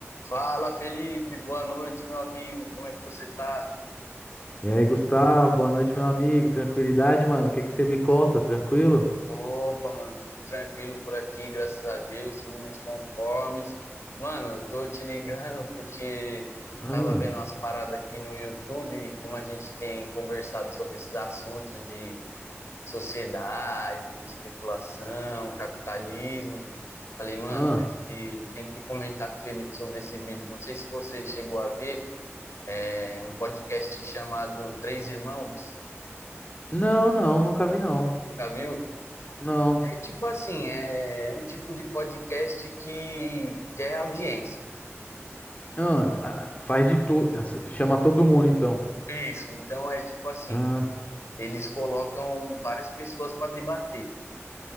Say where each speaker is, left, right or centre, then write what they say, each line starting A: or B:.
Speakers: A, on the left (about 70°); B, on the left (about 30°).
A: Fala, Felipe, boa noite, meu amigo. Como é que você tá?
B: E aí, Gustavo, boa noite, meu amigo. Tranquilidade, mano? O que que você me conta? Tranquilo?
A: Opa, mano, tudo tranquilo por aqui, graças a Deus, tudo nos conformes. Mano, eu tô te ligando <laughs> porque
B: Ah,
A: tava vendo umas paradas aqui no YouTube, e como a gente tem conversado sobre esses assuntos de sociedade, especulação, capitalismo. Falei, mano,
B: ah.
A: esse- tem que comentar com o Felipe sobre esse vídeo. Não sei se você chegou a ver, é um podcast chamado Três Irmãos.
B: Não, não, nunca vi, não.
A: Nunca viu?
B: Não.
A: É tipo assim, é é um tipo de podcast que quer audiência.
B: Ah, fa- faz de tudo. Chama todo mundo, então.
A: Isso. Então é tipo assim,
B: Ah,
A: eles colocam várias pessoas para debater.